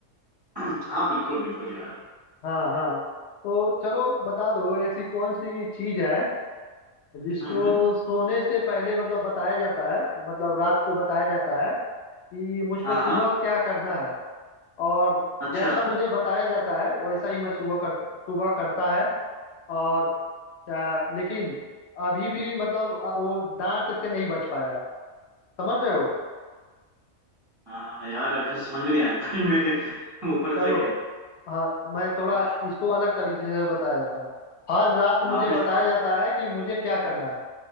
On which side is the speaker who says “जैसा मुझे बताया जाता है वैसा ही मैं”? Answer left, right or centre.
Left